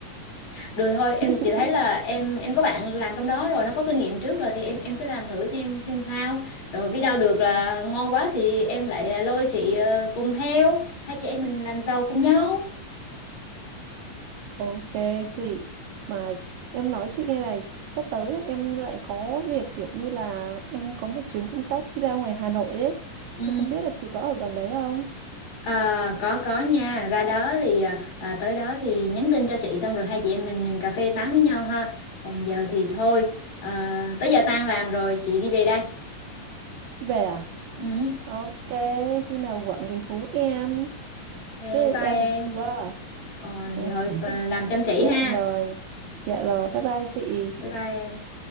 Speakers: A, on the left; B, on the right.
A: được thôi em
B: vậy <laughs>
A: chỉ thấy là em em có bạn làm trong đó rồi nó có kinh nghiệm trước rồi thì em em cứ làm thử xem xem sao rồi biết đâu được là ngon quá thì em lại à, lôi chị ờ, cùng theo hai chị em mình làm giàu cùng nhau
B: Ok chị mà em nói chị nghe này sắp tới là em lại có việc kiểu như là em có một chuyến công tác đi ra ngoài Hà Nội ấy
A: ừ
B: Em không biết là chị có ở gần đấy không
A: à, có có nha ra đó thì à, à, tới đó thì nhắn tin cho chị xong rồi hai chị em mình cà phê tám với nhau ha còn giờ thì thôi à, tới giờ tan làm rồi chị đi về đây
B: về à
A: ừ
B: ok khi nào quận thì hú em
A: ok
B: chứ
A: bye
B: em
A: em
B: thì chưa
A: ờ
B: Dạ
A: vậy thôi ờ, làm chăm chỉ
B: dạ
A: ha
B: rồi dạ rồi bye bye chị
A: Bye bye em.